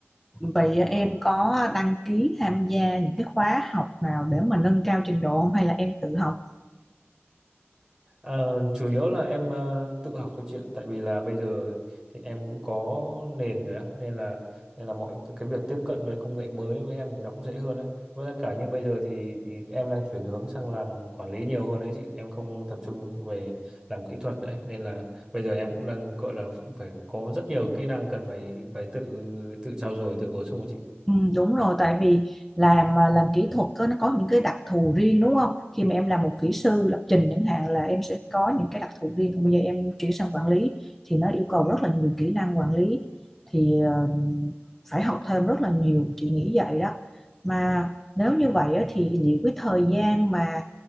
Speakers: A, in the centre; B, on the right.
A: Vậy
B: đấy
A: em có đăng ký tham gia những cái khóa học nào để mà nâng cao trình độ không hay là em tự học?
B: Ờ, chủ yếu là em ờ, tự học thôi chị ạ tại vì là bây giờ thì em cũng có nền rồi á nên là nên là mọi cái việc tiếp cận với công nghệ mới với em thì nó cũng dễ hơn đấy với lại cả như bây giờ thì thì em đang chuyển hướng sang làm quản lý nhiều hơn đấy chị em không tập trung về làm kỹ thuật đấy nên là bây giờ em cũng đang gọi là cũng phải có rất nhiều kỹ năng cần phải phải tự tự trau dồi tự bổ sung đấy chị
A: Ừ, đúng rồi tại vì làm mà làm kỹ thuật có nó có những cái đặc thù riêng đúng không khi mà em làm một kỹ sư lập trình chẳng hạn là em sẽ có những cái đặc thù riêng Còn bây giờ em chuyển sang quản lý thì nó yêu cầu rất là nhiều kỹ năng quản lý thì ờ, phải học thêm rất là nhiều chị nghĩ vậy đó mà nếu như vậy á, thì liệu cái thời gian mà